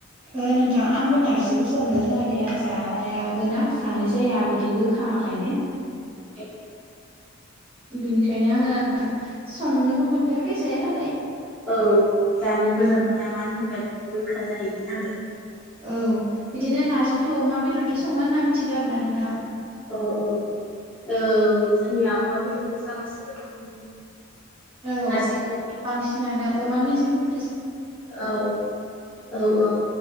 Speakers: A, on the right; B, in the centre.
A: ओ नोंथां आंबो नारजिखौ संनो रोङा दे आं जायाबोना जानाय जाया बिदि गोखा खायनो
B: औ
A: बिनिखायनो आङो संनोबो मोनफेराखै जाया नालाय
B: औ जानो मोजां
A: औ
B: मोना मानो होनबा बियो गोखा जाहैबाय नालाय
A: औ बिदिनो नारजिखौ अमा बेदरदो सङो होन्ना मिथिगौ आरो ना नोंथां
B: औ औ औ जोंनिया अमा बेदरजों जाबासो गोथाव मोनो
A: औ
B: नारजिखौ
A: बांसिनानो अमा मेजेमफोर
B: औ औ औ